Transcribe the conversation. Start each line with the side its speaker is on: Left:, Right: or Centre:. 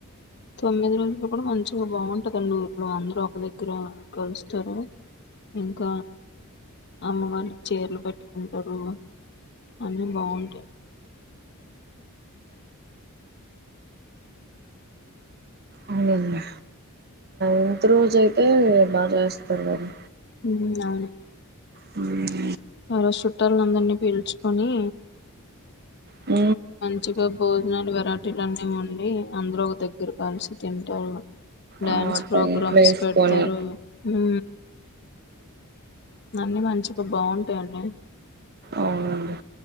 Left: తొమ్మిది రోజులు కూడ మంచిగా బాగుంటందండి ఊర్లో అందరు ఒక దగ్గర కలుస్తరు ఇంక అమ్మవారికి చీరలు పెట్టుకుంటారు అన్ని బాగుంటాయ్
Right: అవునండి ముందు రోజ అయితే బాగా చేస్తారు గారు
Left: ఉ అవును
Right: ఉ
Left: ఆ రోజు చుట్టలని అందరినీ పిల్చుకొని
Right: ఉ
Left: <unintelligible> భోజనాలు వెరైటీలు అన్నీ ఒండి అందరూ ఒక దగ్గర కలిసి తింటారు డ్యాన్స్
Right: ఆ
Left: ప్రోగ్రామ్స్
Right: టైప్ వేసుకొని
Left: పెడతారు ఊ అన్నీ మంచిగ బాగుంటాయండి
Right: అవునండి